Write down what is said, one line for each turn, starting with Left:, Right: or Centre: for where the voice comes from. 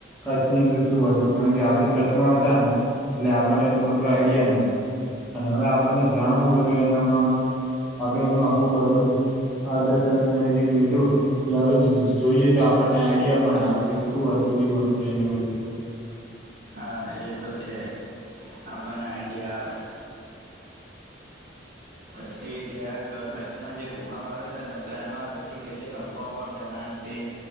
Centre: કચ્છની અંદર શું હતુ કારણ કે આપડ કચ્છમાં હતા, ને એટલે આપણને એટલું બધું આઈડિયા નથી. અને હવે, આપણને જાણવું હોય તો એનામાં આપડ એનું આખું બાધુ હ દસન તમે જેમ કીધું એ જો જો જોઈએ, તો આપણને આઈડિયા પણ આવે શું હતુ, વખતિ એને બધું
Right: હા, એ તો છે, આપણને આઈડિયા આવે પછી, જે આ કચ્છમાં જે ભૂકંપ આવ્યો હતો ને તો એમાં પછી, કેટલીક અફવાઓ પણ ફેલાણી હ તે